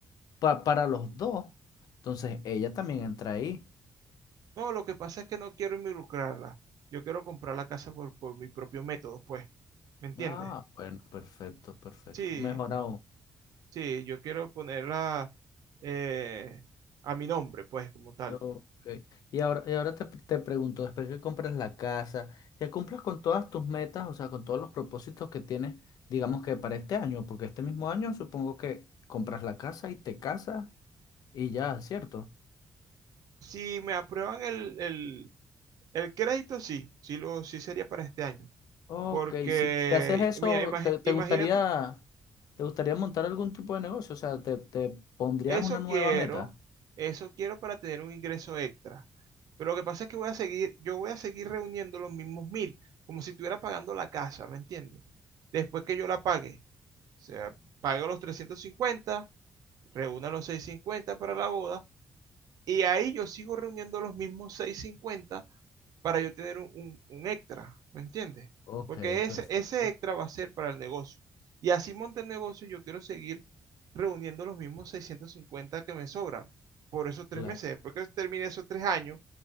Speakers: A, on the left; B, on the right.
A: pa- para los dos. Entonces ella también entra ahí.
B: No, lo que pasa es que no quiero involucrarla. Yo quiero comprar la casa por, por mi propio método, pues, ¿me entiendes?
A: Ah, bueno, perfecto, perfecto.
B: Sí,
A: Mejor
B: eh,
A: aún.
B: sí, yo quiero ponerla eh, a mi nombre, pues, como tal.
A: Ok. Y ahora, y ahora te, te pregunto, después que compras la casa, que cumplas con todas tus metas, o sea, con todos los propósitos que tienes, digamos que para este año, porque este mismo año supongo que compras la casa y te casas y ya, ¿cierto?
B: Si me aprueban el, el- el crédito, sí, sí, lo, sí sería para este año.
A: Ok,
B: Porque,
A: si, si haces eso,
B: mira, imagi-
A: te, te
B: imagínate,
A: gustaría, te gustaría montar algún tipo de negocio? O sea, te, te pondrías
B: eso
A: una nueva
B: quiero,
A: meta.
B: eso quiero para tener un ingreso extra. Pero lo que pasa es que voy a seguir, yo voy a seguir reuniendo los mismos mil, como si estuviera pagando la casa, ¿me entiendes? Después que yo la pague, o sea, pago los trescientos cincuenta reúna los 650 para la boda, y ahí yo sigo reuniendo los mismos 650 para yo tener un, un- un extra, ¿me entiendes?
A: Ok,
B: Porque ese,
A: perfecto.
B: ese extra va a ser para el negocio. Y así monte el negocio, yo quiero seguir reuniendo los mismos 650 que me sobran por esos tres
A: Claro.
B: meses. Después que termine esos tres años,